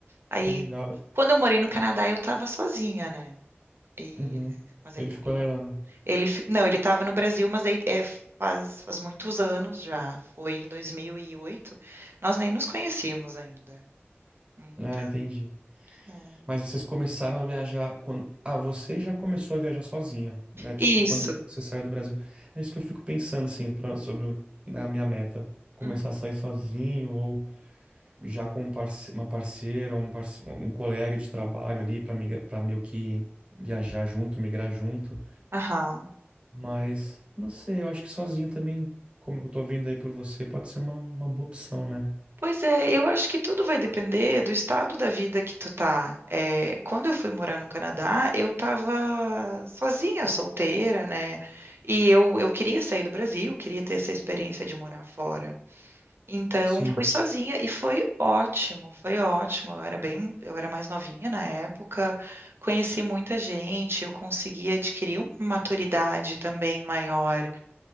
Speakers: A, on the right (about 60°); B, on the right (about 25°).
A: Aí
B: Que legal.
A: quando eu morei no Canadá eu estava sozinha, né? E
B: Uhum.
A: mas aí
B: Ele
A: também
B: ficou na
A: eu,
B: Irlanda.
A: ele fi- não, ele estava no Brasil, mas aí é, faz faz muitos anos já, foi em 2008. Nós nem nos conhecíamos ainda. Então,
B: Ah, entendi.
A: é.
B: Mas vocês começaram a viajar quando... Ah, você já começou a viajar sozinha, né? Tipo,
A: isso.
B: quando você saiu do Brasil. É isso que eu fico pensando, assim, pra- sobre o- né, a minha meta. Começar
A: Hum.
B: a sair sozinho ou já com um parce- uma parceira, um, parce- um colega de trabalho ali para migra... para meio que viajar junto, migrar junto.
A: Aham.
B: Mas não sei, eu acho que sozinho também, como eu tô vendo aí por você, pode ser uma, uma boa opção, né?
A: Pois é, eu acho que tudo vai depender do estado da vida que tu tá. É, quando eu fui morar no Canadá, eu tava sozinha, solteira, né? E eu, eu queria sair do Brasil, queria ter essa experiência de morar fora. Então,
B: Sim,
A: fui sozinha e foi ótimo, foi ótimo. Eu era bem, eu era mais novinha na época, conheci muita gente, eu consegui adquirir uma maturidade também maior